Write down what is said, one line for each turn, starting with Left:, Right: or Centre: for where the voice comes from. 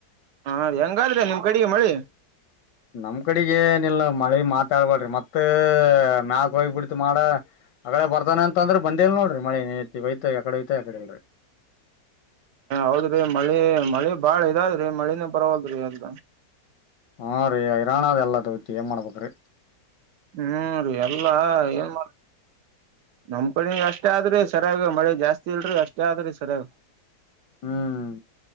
Right: ಹಾ ರ ಹೆಂಗಾದ್ರೆ ನಿಮ್ ಕಡೆಗೆ ಮಳಿ.
Left: ನಮ್ ಕಡೆಗೆನಲ್ಲ ಮಳೆ ಮಾತಾಡ್ಬಡ್ರಿ ಮತ್ತ... ಮ್ಯಾಕ್ ಹೋಗಿ ಬಿಡ್ತ್ ಮಾಡ ಆಗಡೆ ಬರ್ತಾನೆ ಅಂತ ಅಂದ್ರ ಬಂದೇ ನೋಡ್ರಿ. ಮಳಿ ನಿತ್ತಿ ಹೋಯ್ತ ಯಕಡೆ ಹೋಯ್ತ ಯಕಡೆ ಇಲ್ರಿ
Right: ಹೌದ್ರಿ ಮಳೆ ಮಳೆ ಬಾಳ ಇದಾದ್ರೀ ಮಳಿಂದ ಬರವಾಗಿಲ್ ರೀ ಅಲ್
Left: ಹಾ ರೀ ಐರಾಣಾದ ಎಲ್ಲ ತಗತಿ ಏನ ಮಾಡಬೇಕ್ರಿ.
Right: ಹ್ಮ್ ರೀ ಎಲ್ಲಾ ಏನ್ ಮಾಡ್ ನಮ ಕಡೆಂಗ ಅಷ್ಟ. ಅಷ್ಟೇ ಆದ್ರೆ ಸರಿಯಾಗ ಮಳೆ ಜಾಸ್ತಿ ಇಲ್ರ ಅಷ್ಟೇ ಆದ್ರೆ ಸರಿಯಾಗ.
Left: ಹ್ಮ್